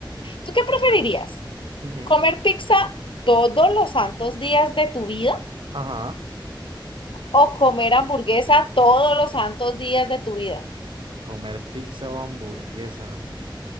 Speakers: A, on the left; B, on the right.
A: ¿Tú qué preferirías?
B: Ujú.
A: ¿Comer pizza todos los santos días de tu vida
B: Ajá.
A: o comer hamburguesa todos los santos días de tu vida?
B: Comer pizza o hamburguesa.